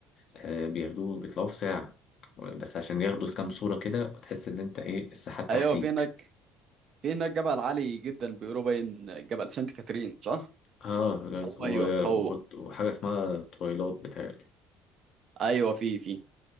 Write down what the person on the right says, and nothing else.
ايوه في هناك في هناك جبل عالي جدا بيقولوا باين جبل سانت كاترين صح؟
هو
ايوه هو
ايوه في في